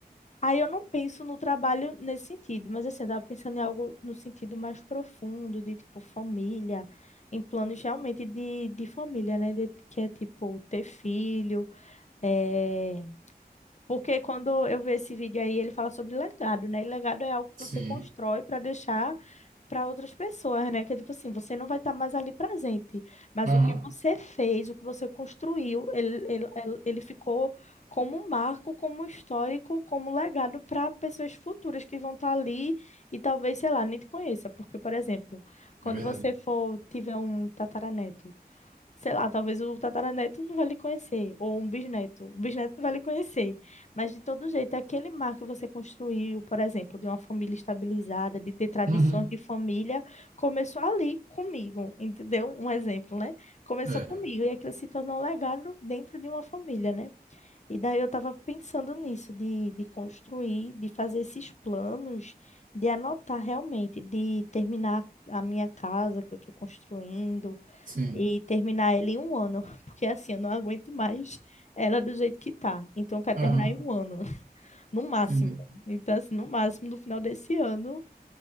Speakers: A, on the left; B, on the right.
A: Aí eu não penso no trabalho nesse sentido, mas assim, eu tava pensando em algo no sentido mais profundo, de tipo família, em planos realmente de, de família, né? De- que é tipo ter filho. é, Porque quando eu vejo esse vídeo aí, ele fala sobre legado, né? E legado é algo que
B: Sim.
A: você constrói para deixar para outras pessoas, né? Que é tipo assim, você não vai estar mais ali presente, mas
B: Aham.
A: o que você fez, o que você construiu, ele, ele, ele ele ficou como um marco, como um histórico, como um legado para pessoas futuras que vão estar ali e talvez, sei lá, nem te conheça, porque, por exemplo, quando
B: É verdade.
A: você for tiver um tataraneto sei lá, talvez o tataraneto não vai lhe conhecer, ou um bisneto, o bisneto não vai lhe conhecer, mas de todo jeito, aquele mar que você construiu, por exemplo, de uma família estabilizada, de ter tradições
B: Uhum.
A: de família, começou ali comigo, entendeu? Um exemplo, né? Começou
B: É.
A: comigo, e aquilo se tornou um legado dentro de uma família, né? E daí eu estava pensando nisso, de, de construir, de fazer esses planos, de anotar realmente, de terminar a minha casa que eu estou construindo,
B: Sim.
A: e terminar ela em um ano, <laughs> porque assim, eu não aguento mais ela do jeito que tá. Então, eu quero
B: Aham,
A: terminar em um ano, <laughs> no máximo.
B: entendi.
A: Então, assim, no máximo, no final desse ano,